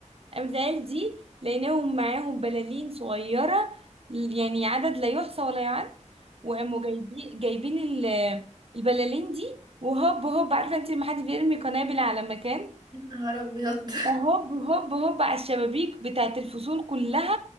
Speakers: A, on the right; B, on the right.
A: قامت العيال دي لقيناهم معاهم بلالين صغيره يعني عدد لا يحصى ولا يعد وقاموا جايبين جايبين ال- البلالين دي وهوب هوب عارفه انت لما حد بيرمي قنابل على مكان
B: يا نهار ابيض
A: هوب هوب هوب على الشبابيك بتاعت الفصول كلها